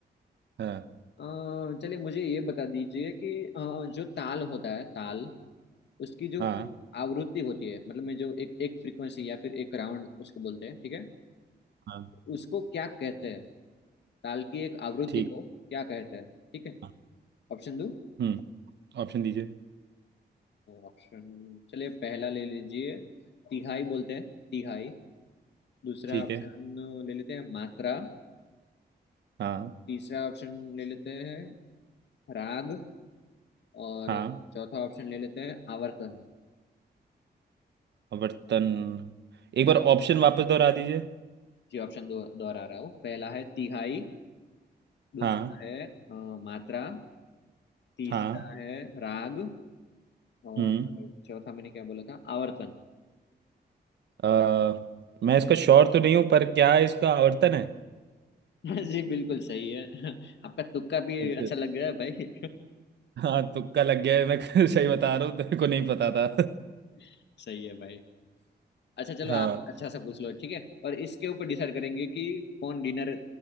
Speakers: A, on the right; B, on the left.
A: हाँ
B: अ, चलिए मुझे ये बता दीजिए कि अ, जो ताल होता है ताल उसकी जो
A: हाँ
B: एक आवृत्ति होती है मतलब में जो एक एक फ्रीक्वेंसी या फिर एक राउंड उसको बोलते हैं ठीक है
A: हाँ
B: उसको क्या कहते हैं ताल की एक आवृत्ति
A: ठीक
B: को क्या कहते हैं ठीक है
A: हाँ,
B: ऑप्शन दो
A: हम्म ऑप्शन दीजिए
B: ऑप्शन चलिए पहला ले लीजिए तिहाई बोलते हैं तिहाई दूसरा
A: ठीक
B: ऑप्शन
A: है
B: ले लेते हैं मात्रा
A: हाँ
B: तीसरा ऑप्शन ले लेते हैं राग और
A: हाँ
B: चौथा ऑप्शन ले लेते हैं आवर्तन
A: वर्तन एक बार ऑप्शन वापस दोहरा दीजिए
B: जी ऑप्शन दो दोहरा रहा हूँ पहला है तिहाई दूसरा
A: हाँ
B: है अ, मात्रा तीसरा
A: हाँ
B: है राग और
A: हम्म
B: चौथा मैंने क्या बोला था आवर्तन
A: अ, मैं इसका श्योर तो नहीं हूँ पर क्या इसका आवर्तन है
B: <laughs> जी बिल्कुल सही है <laughs> आपका तुक्का भी
A: अच्छा
B: अच्छा लग रहा है भाई
A: हाँ तुक्का लग गया है मैं <laughs> सही बता रहा हूँ तेरे को नहीं पता था
B: <laughs> सही है भाई अच्छा चलो
A: हाँ
B: आप अच्छा सा पूछ लो ठीक है और इसके ऊपर डिसाइड करेंगे कि कौन डिनर